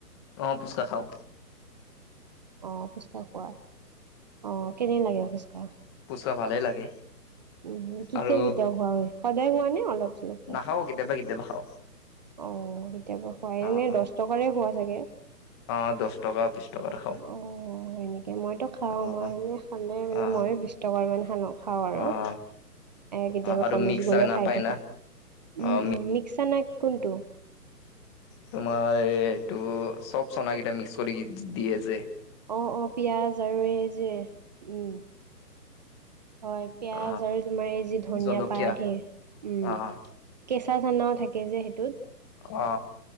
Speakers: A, on the left (about 15°); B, on the right (about 25°).
A: অঁ ফুচকা খাওঁ।
B: অঁ ফুচকা খোৱা অঁ কেনে লাগে ফুছকা?
A: পুচকা ভালেই লাগে।
B: উ কেতিয়া
A: আৰু
B: কেতিয়া খোৱা হয় সদায় খোৱা? নে অলপ চলপ খোৱা?
A: নাখাওঁ কেতিয়াবা কেতিয়াবা খাওঁ।
B: অ কেতিয়াবা খোৱাই
A: অ',
B: এনে দহ টকাৰে খোৱা চাগে?
A: অ দহ। টকা বিশছ টকা খাওঁ।
B: অ হয় নেকি মইতো খাওঁ
A: অ',
B: মই এনে খালে মানে
A: অ',
B: মইয়ো বিশ টকাৰ মানহে লওঁ। খাওঁ আৰু
A: অ',
B: কেতিয়াবা
A: আৰু
B: কলেজ
A: মিক্সাৰ
B: গলে
A: নাপায়
B: খাই থাকো।
A: না
B: উম
A: অ',
B: উম মিক্সা চনা কোনটো?
A: তোমাৰ এই এইটো চব চনাকিটা মিক্স কৰি দিয়ে যে।
B: অ অ পিয়াজ আৰু এই যে উম। হয় পিঁয়াজ
A: অ',
B: আৰু তোমাৰ এই যি ধনিয়া
A: জলকীয়া
B: পাট হে উম।
A: অ',
B: কেঁচা চানাও থাকে যে সেইটোত।
A: অ